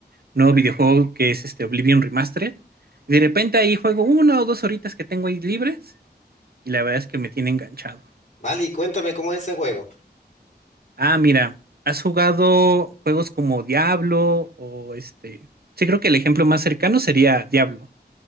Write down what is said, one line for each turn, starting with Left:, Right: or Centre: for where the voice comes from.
Right: nuevo videojuego que es este Oblivion Remastered. de repente ahí juego una o dos horitas que tengo ahí libres y la verdad es que me tiene enganchado.
Left: Vale, y cuéntame cómo es ese juego.
Right: Ah, mira, ¿has jugado juegos como Diablo o este? Sí, creo que el ejemplo más cercano sería Diablo.